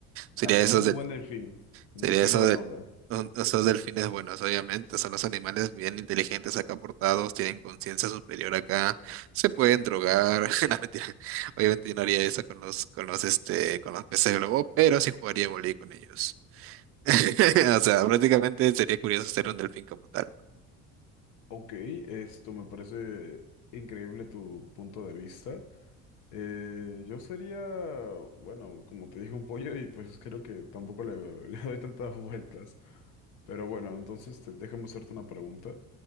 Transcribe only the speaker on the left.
Ah, sí,
es un buen delfín, un
delfín
buena
onda.
Ok, esto me parece increíble tu punto de vista. Eh, yo sería, bueno, como te dije, un pollo y pues creo que tampoco le, <laughs> le doy tantas vueltas. Pero bueno, entonces te, déjame hacerte una pregunta.